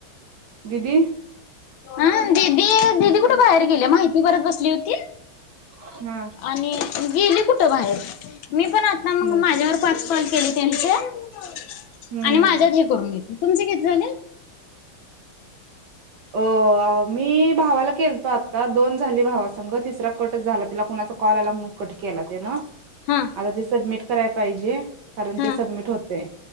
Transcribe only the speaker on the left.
हा दीदी दीदी कुठे बाहेर गेले माहिती भरत बसली होती
आणि गेली कुठं बाहेर मी पण आता
ना मग माझ्यावर पाच कॉल केली त्यांच्या <inaudible>
आणि माझ्यात
हे करून घेतले तुमचे किती झाल
हा
हा